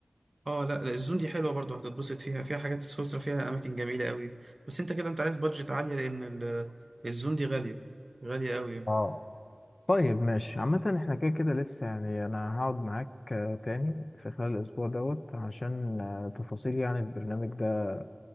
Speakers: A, on the right; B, on the left.
A: اه لا لا الزون دي حلوه برضو هتتبسط فيها فيها حاجات سويسرا فيها اماكن جميله قوي بس انت كده انت عايز بادجت عاليه لان ال- الزون دي غاليه غاليه قوي يعني
B: اه طيب ماشي عامة احنا كده كده لسه يعني انا هقعد معاك آه، تاني في خلال الاسبوع دوت عشان آه، تفاصيل يعني البرنامج ده